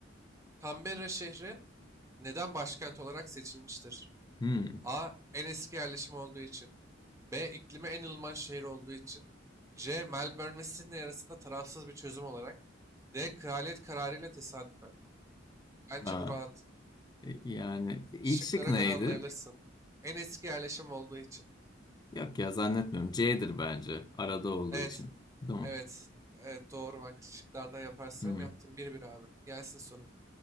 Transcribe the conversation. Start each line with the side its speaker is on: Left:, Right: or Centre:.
Right: Canberra şehri neden başkent olarak seçilmiştir?
Left: Hmm.
Right: A. En eski yerleşim olduğu için. B. İklimi en ılıman şehir olduğu için. C. Melbourne ve Sydney arasında tarafsız bir çözüm olarak. D. Kraliyet kararıyla tesadüfen. Bence
Left: A.
Right: bu rahat.
Left: E, Yani ilk
Right: Şıklara
Left: şık neydi?
Right: göre anlayabilirsin. En eski yerleşim olduğu için.
Left: Yok ya zannetmiyorum. C'dir bence. Arada olduğu
Right: Evet.
Left: için. Değil mi?
Right: Evet. Evet doğru bak. Şıklardan yaparsam
Left: Hmm.
Right: yaptım. Bir bir abi. Gelsin sorun.